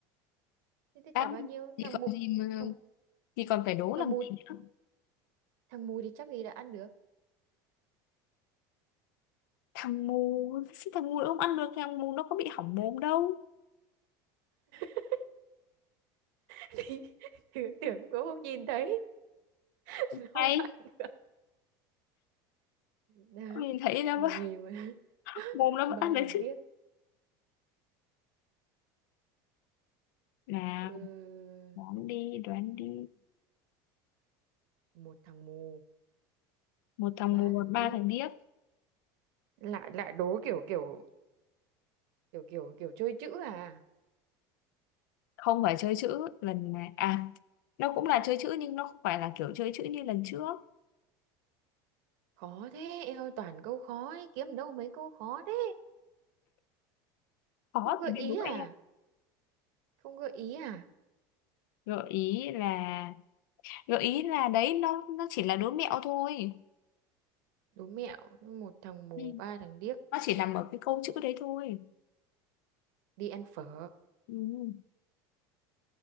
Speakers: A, on the right; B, on the left.
A: Thế thì
B: Đáp
A: trả bao nhiêu
B: thì
A: Thằng
B: còn
A: mụ
B: gì mà
A: Thằng
B: thì còn phải đố
A: thằng
B: làm
A: mù
B: gì nữa
A: Thằng mù thì chắc gì đã ăn được
B: thằng mù thằng mù nó không ăn được thằng mù nó có bị hỏng mồm đâu
A: <laughs> Thì tưởng tưởng cũng không nhìn thấy <laughs> Nó Không
B: hay
A: ăn được Đó
B: nhìn thấy nó
A: 10.000
B: vẫn-
A: mà
B: <laughs>
A: <laughs>
B: mồm nó
A: Ba
B: vẫn ăn được
A: thằng
B: chứ
A: điếc
B: Nào,
A: ừ,
B: đoán đi, đoán đi.
A: Một thằng mù
B: Một thằng
A: Ba
B: mù,
A: thằng
B: ba
A: điếc
B: thằng điếc.
A: Lại lại đố kiểu kiểu Kiểu kiểu kiểu chơi chữ à
B: Không phải chơi chữ lần này. À, nó cũng là chơi chữ nhưng nó không phải là kiểu chơi chữ như lần trước.
A: Khó thế, em ơi toàn câu khó ấy, kiếm đâu mấy câu khó thế.
B: Khó
A: Không gợi
B: thì mới
A: ý
B: đố em.
A: à? Không gợi ý à?
B: Gợi ý là... Gợi ý là đấy, nó nó chỉ là đố mẹo thôi.
A: Đố mẹo, một thằng mù,
B: Ừ.
A: ba thằng điếc,
B: Nó chỉ nằm ở cái câu chữ đấy thôi.
A: đi ăn phở.
B: Ừ.